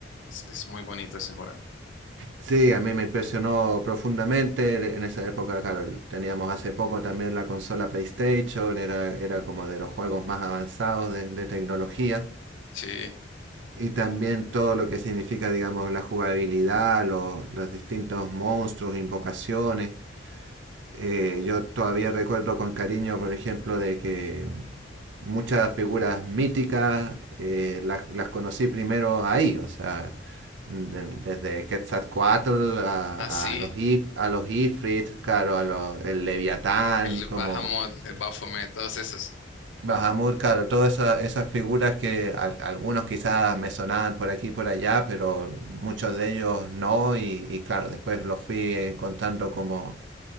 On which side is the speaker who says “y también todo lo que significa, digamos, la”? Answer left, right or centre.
Right